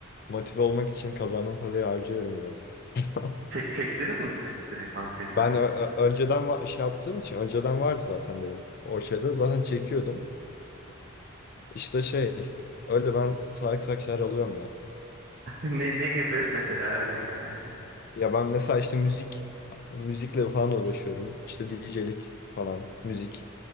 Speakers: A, on the left; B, on the right.
A: motive olmak için kazandığım parayı harcıyorum biraz. <laughs>
B: Çek, çektiniz mi siz direkt banka hesabını?
A: Ben ö- ö- önceden va- şey yaptığım için önceden vardı zaten benim o şeyde zaten çekiyordum. İşte şey öyle ben salak salak şeyler alıyorum ya.
B: <laughs> Ne, ne gibi? Mesela örneğin yani.
A: Ya ben mesela işte müzik müzikle falan uğraşıyorum. İşte DJ'lik falan, müzik,